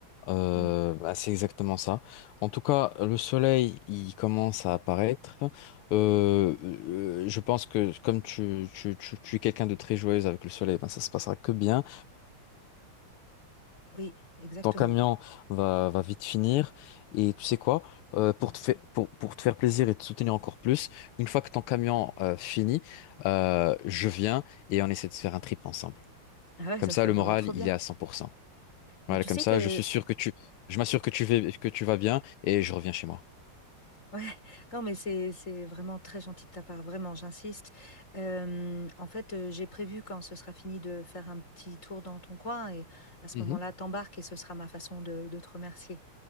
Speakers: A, on the left; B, on the left.
A: Euh,
B: mm.
A: bah, c'est exactement ça. En tout cas, le soleil, il commence à apparaître. Euh, euh, je pense que comme tu, tu, tu, tu es quelqu'un de très joyeux avec le soleil, ben ça se passera que bien.
B: Oui, exactement.
A: Ton camion va, va vite finir. Et tu sais quoi? Euh, pour te faire, pour, pour te faire plaisir et te soutenir encore plus, une fois que ton camion euh, finit, euh, je viens et on essaie de se faire un trip ensemble.
B: Ah ouais,
A: Comme
B: ça
A: ça,
B: serait
A: le
B: vraiment
A: moral,
B: trop
A: il
B: bien.
A: est à 100%.
B: Mais
A: Voilà,
B: tu
A: comme
B: sais
A: ça,
B: que
A: je suis sûr que tu, je m'assure que tu vas, que tu vas bien et je reviens chez moi.
B: Ouais, <laughs> non, mais c'est c'est vraiment très gentil de ta part, vraiment, j'insiste. Euh, en fait, euh, j'ai prévu quand ce sera fini de faire un petit tour dans ton coin et à ce
A: Mhm.
B: moment-là, t'embarques et ce sera ma façon de, de te remercier.